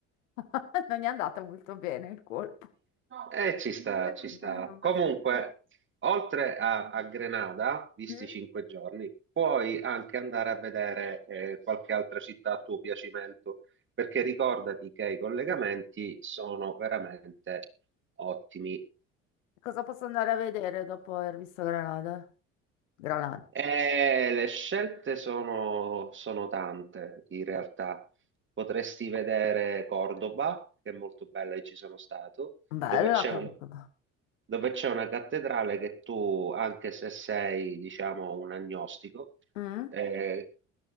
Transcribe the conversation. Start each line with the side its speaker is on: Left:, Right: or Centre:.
Left: <laughs> non è andata molto bene il colpo.
Right: Eh, ci sta,
Left: che
Right: ci sta.
Left: non- non
Right: Comunque,
Left: ho-
Right: oltre a, a Grenada, visti
Left: Mm?
Right: i cinque giorni, puoi anche andare a vedere eh, qualche altra città a tuo piacimento, perché ricordati che i collegamenti sono veramente ottimi.
Left: Cosa posso andare a vedere dopo aver visto Granada? Granada.
Right: Eh, le scelte sono, sono tante in realtà. Potresti vedere Cordoba, che è molto bella e ci sono stato,
Left: Bella,
Right: dove c'è
Left: comunque.
Right: un- dove c'è una cattedrale che tu, anche se sei, diciamo, un agnostico,
Left: Mm?
Right: eh,